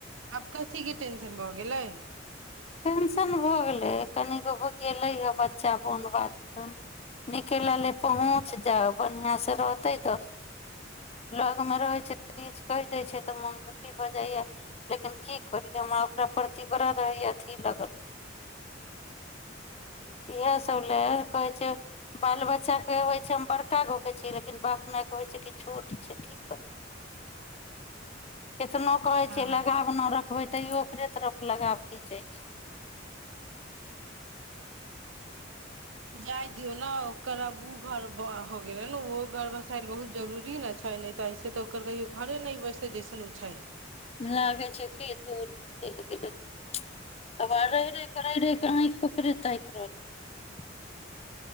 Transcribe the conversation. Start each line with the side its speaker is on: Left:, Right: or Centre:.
Right: आब कथिके टेंशन भऽ गेलै
Left: टेंशन भऽ गेलै कनिगो गेलै हें बच्चा बोन बाद नीके लाले पहुँच जाइ बढ़ियाँ से रहतै त लगमे रहै छै त किछ कहि दै छै तऽ मोन दुखी भऽ जाइया लेकिन की करियै हमरा ओकरा प्रति बड़ा रहैया अथि लागल इहाए सभ लए कहै छै बाल बच्चाकेँ होइ छै हम बड़का गो छी लेकिन बाप मायके होइ छै की छोट छै की करियै केतनो कहै
Right: हँ
Left: छै लगाव न रखबै तैयो ओकरे तरफ लगाव खीचै छै
Right: जाइ दियौ न ओकर अब ओ घर भ-हो गेले न ओहो घर बसायल बहुत जरूरी ने छै न तऽ ऐसे तऽ ओकर कहियो घरे न बैसतै जैसेन उ छै
Left: लागै छै कि दूर चलि गेलै आब रहै रहै क रहै रहै क आँखि ओकरे ताकि रहलै